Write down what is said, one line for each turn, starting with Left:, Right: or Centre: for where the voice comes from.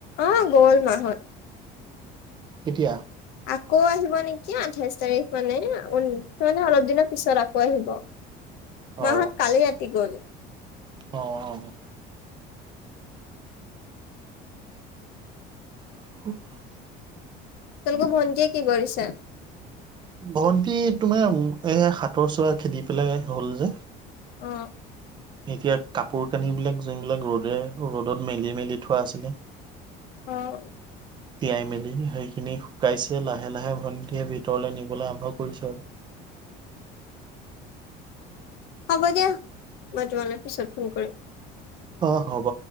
Left: অ গ'ল মাঁ হত।
Right: কেতিয়া?
Left: আকৌ আহিব নেকি আঠাইশ তাৰিখ মানে আ এ উ অলপ দিনৰ পিছত আকৌ আহিব।
Right: অ
Left: মাঁহত কালি ৰাতি গল।
Right: অ অ <unintelligible>
Left: তোমালোকৰ ভণ্টিয়ে কি কৰিছে?
Right: ভন্টি তোমাৰ এই হাতৰ চৰা খেদি পেলাই হ'ল যে
Left: অ
Right: এতিয়া কাপোৰ কানিবিলাক যোনবিলাক ৰ'দে ৰ'দত মেলি মেলি থোৱা আছিলে
Left: অহ।
Right: তিয়াই মেলি সেইখিনি শুকাইছে লাহে লাহে ভন এতিয়া ভিতৰলৈ নিবলৈ আৰম্ভ কৰিছো আৰু।
Left: হ'ব দিয়া। মই তোমালে পিছত ফোন কৰিম।
Right: অ হব।